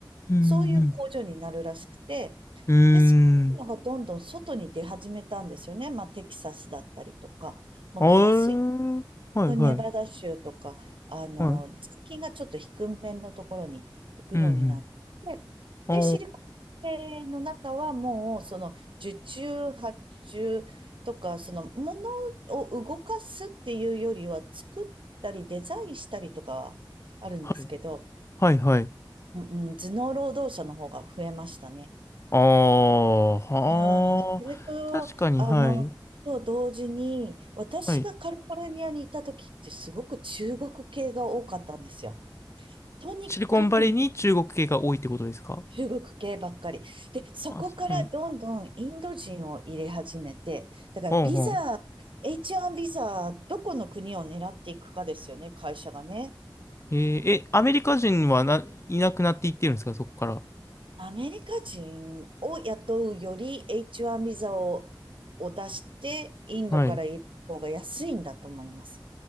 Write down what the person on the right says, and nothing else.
そういう工場になるらしくて、
で、そういうのがどんどん外に出始めたんですよね。
まあ、テキサスだったりとか、もっと安い
ネバダ州とか、あの、
税金がちょっと低めのところに行くようになって、
で、シリコンバレーの中はもう、その、受注、発注とか、その、ものを動かすっていうよりは、作ったりデザインしたりとかはあるんですけど、
うんうん、頭脳労働者の方が増えましたね。
はい、それと、
あの、
と同時に、私がカリフォルニアにいた時ってすごく中国系が多かったんですよ。
とにかく
中国系ばっかり。で、そこからどんどんインド人を入れ始めて、
だからビザ、
H1 ビザ、どこの国を狙っていくかですよね、会社がね。
アメリカ人を雇うより H1 ビザを、を出して、インドから入れる方が安いんだと思います。